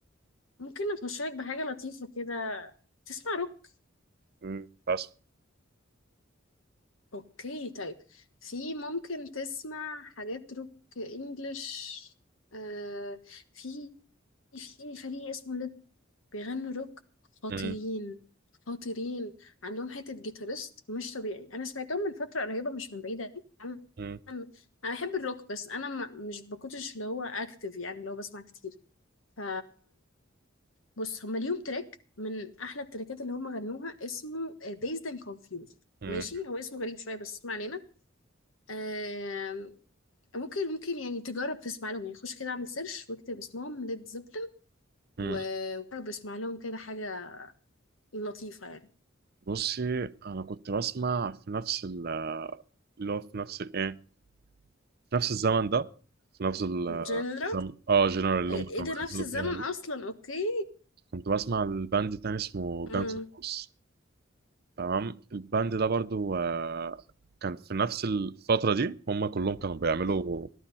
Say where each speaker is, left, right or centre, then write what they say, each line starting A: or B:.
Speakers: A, on the left; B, on the right.
A: ممكن اخش لك بحاجه لطيفه كده تسمع روك
B: امم بس
A: اوكي طيب في ممكن تسمع حاجات روك انجلش آه في في فريق اسمه بيغنوا روك خطيرين
B: امم
A: خطيرين عندهم حتة جيتارست مش طبيعي أنا سمعتهم من فترة قريبة مش من بعيدة أوي. أنا
B: امم
A: أنا أنا بحب الروك بس أنا ما مش بكونش اللي هو أكتف يعني اللي هو بسمع كتير ف بص هما ليهم تراك من أحلى التراكات اللي هما غنوها اسمه آه، Dazed and Confused
B: امم
A: ماشي هو اسمه غريب شوية بس اسمع علينا آم، ممكن ممكن يعني تجرب تسمع لهم يعني خش كده اعمل سيرش واكتب اسمهم ليد زيبلين
B: امم.
A: وجرب اسمع لهم كده حاجة لطيفة يعني
B: بصي أنا كنت بسمع في نفس ال اللي هو في نفس الإيه؟ في نفس الزمن ده في نفس ال
A: جنرا
B: الزمن آه جنرال اللي
A: آه، ايه
B: هم كانوا
A: ده نفس
B: بينزلوا
A: الزمن
B: فيها دي
A: اصلا اوكي
B: كنت بسمع الباند تاني اسمه
A: امم
B: جانز روس تمام الباند ده برضو آه، كان في نفس الفترة دي هم كلهم كانوا
A: اوكي
B: بيعملوا